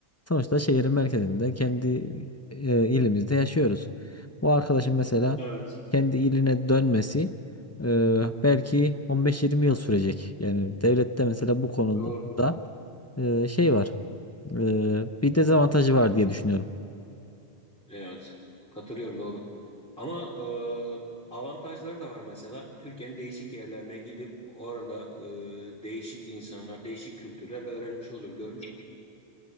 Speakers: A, on the left; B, in the centre.
A: sonuçta şehrin merkezinde kendi e, ilimizde yaşıyoruz. Bu arkadaşın mesela
B: Evet.
A: kendi iline dönmesi e, belki 15-20 yıl sürecek. Yani devlette mesela bu konuda
B: Doğru, doğru.
A: e, şey var. Ee, bir dezavantajı var diye düşünüyorum.
B: Evet. Katılıyorum doğru. Ama e, avantajları da var mesela. Türkiye'nin değişik yerlerine gidip orada e, değişik insanlar, değişik kültürler öğrenmiş oluyor, görmüş oluyor.